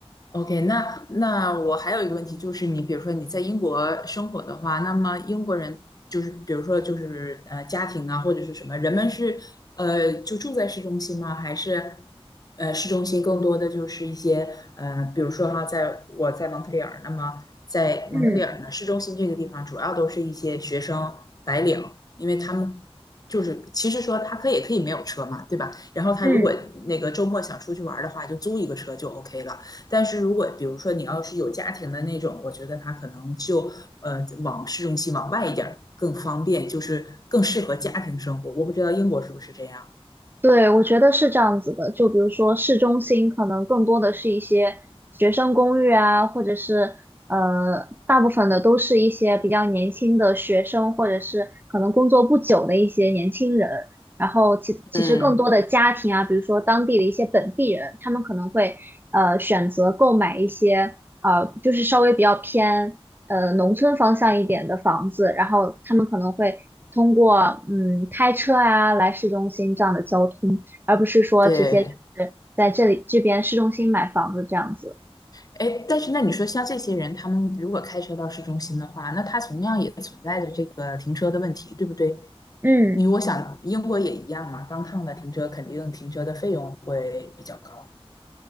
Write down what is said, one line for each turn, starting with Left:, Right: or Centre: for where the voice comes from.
Left: OK，那那我还有一个问题，就是你比如说你在英国生活的话，那么英国人就是比如说就是呃家庭啊或者是什么，人们是呃就住在市中心吗？还是呃市中心更多的就是一些呃比如说哈，在我在蒙特利尔，那么在蒙特利尔呢，
Right: 嗯
Left: 市中心这个地方主要都是一些学生白领，因为他们就是其实说他可以可以没有车嘛，对吧？然后他如果那个周末想出去玩儿的话，
Right: 嗯。
Left: 就租一个车就 OK 了。但是如果比如说你要是有家庭的那种，我觉得他可能就呃往市中心往外一点儿更方便，就是更适合家庭生活。我不知道英国是不是这样。
Right: 对，我觉得是这样子的。就比如说市中心，可能更多的是一些学生公寓啊，或者是呃，大部分的都是一些比较年轻的学生，或者是可能工作不久的一些年轻人。然后其其实更多的家庭啊，
Left: 嗯，
Right: 比如说当地的一些本地人，他们可能会呃选择购买一些呃，就是稍微比较偏呃农村方向一点的房子，然后他们可能会通过嗯开车啊来市中心这样的交通，而不是说直接就是在这里这边市中心买房子这样子。
Left: 对，哎，但是那你说像这些人，他们如果开车到市中心的话，那他同样也存在着这个停车的问题，对不对？
Right: 嗯，
Left: 因为我想英国也一样嘛，当趟的停车肯定停车的费用会比较高。